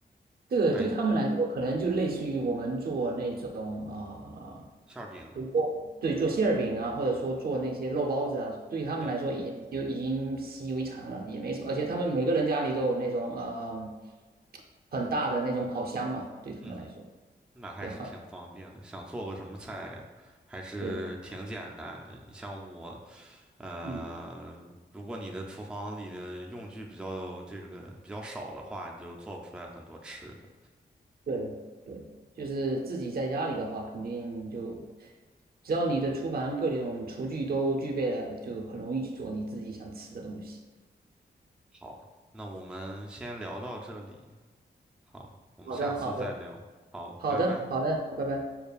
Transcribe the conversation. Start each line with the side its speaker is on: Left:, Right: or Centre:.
Right: 这个对他们来说，
Centre: 还
Right: 可能就类似于我们做那种啊，
Centre: 馅儿饼，
Right: 比如说对做馅儿饼啊，或者说做那些肉包子啊，对他们来说也就已经习以为常了，
Centre: 对，
Right: 也没什么。而且他们每个人家里都有那种呃很大的那种烤箱嘛，对他们来说
Centre: 嗯哼。那还是挺方便的，
Right: 比较方
Centre: 想做个什么菜，还是挺简单的。
Right: 便。对，
Centre: 你像我，呃，
Right: 嗯。
Centre: 如果你的厨房里的用具比较这个比较少的话，你就做不出来很多吃的。
Right: 对对，就是自己在家里的话，肯定就只要你的厨房各种厨具都具备了，就很容易去做你自己想吃的东西。
Centre: 好，那我们先聊到这里。好，我们下次再聊。
Right: 好的，好的，
Centre: 好，
Right: 好的，
Centre: 拜拜。
Right: 好的，拜拜。